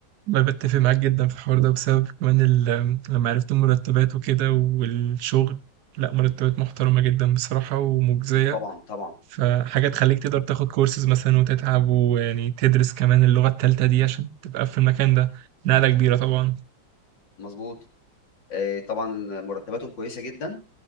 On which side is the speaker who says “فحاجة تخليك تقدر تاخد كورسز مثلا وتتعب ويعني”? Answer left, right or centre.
Right